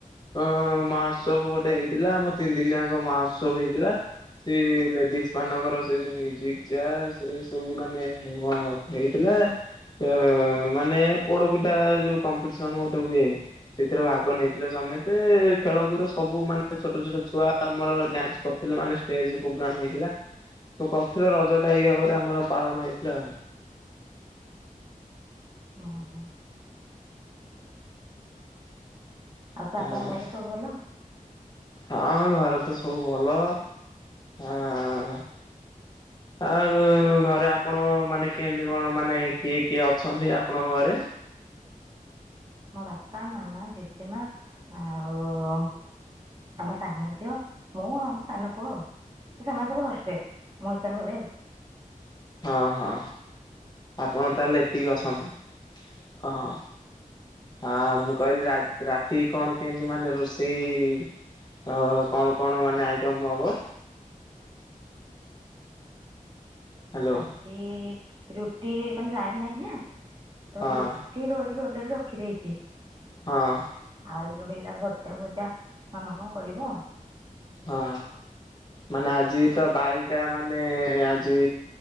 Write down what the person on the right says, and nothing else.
ହୁଁ-ହୁଁ, ଅପା
ଆପଣଙ୍କ ଘରେ ସବୁ ଭଲ?
ମୋ ବାପା, ମାମା, ଜେଜେମା ଆଉ ଆମ ସାନ ଝିଅ ମୁଁ ଆଉ ଆମ ସାନ ପୁଅ ଆଉ ତ ସେମାନେ ସବୁ ହଷ୍ଟେଲ ମୁଁ ଏକା ଘରେ ଆଉ।
ଆଜି ରୁଟି ମାନେ ଲାଇନ ନାହିଁ ନା? ତ
କିଏ ଧରିକି ଅଲରେଡି ରଖିଦେଇଥିବେ?
ଆଉ ରହିଲା ଭଜା ଫଜା ମାମା କଣ କରିବ?